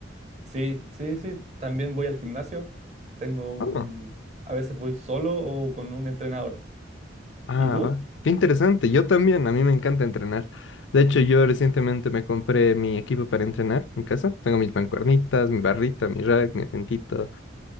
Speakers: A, on the right; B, on the left.
A: sí, sí, sí, también voy al gimnasio. Tengo un...
B: Oh.
A: A veces voy solo o con un entrenador.
B: Ah,
A: ¿Y tú?
B: va. Qué interesante. Yo también, a mí me encanta entrenar. De hecho, yo recientemente me compré mi equipo para entrenar en casa. Tengo mis mancuernitas, mi barrita, mi rack, mi agentito,